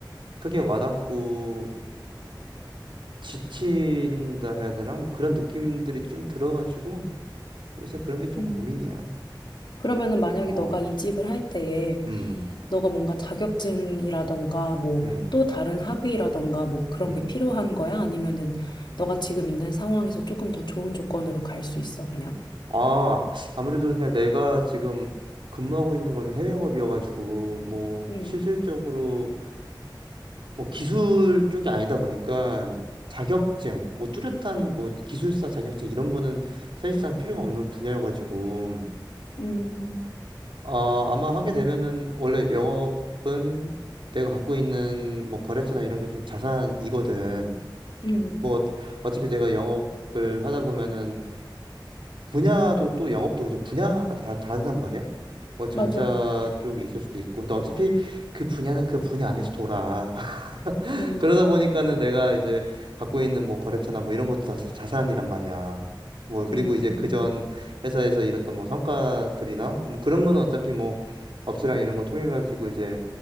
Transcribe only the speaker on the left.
음.
그러면은 만약에
너가 이직을 할 때에,
너가 뭔가 자격증이라던가 뭐
또 다른 학위라던가 뭐 그런
게 필요한 거야? 아니면은 너가 지금 있는 상황에서 조금 더 좋은 조건으로 갈 수 있어, 그냥?
음,
음,
음,
음,
맞아.
음,
음,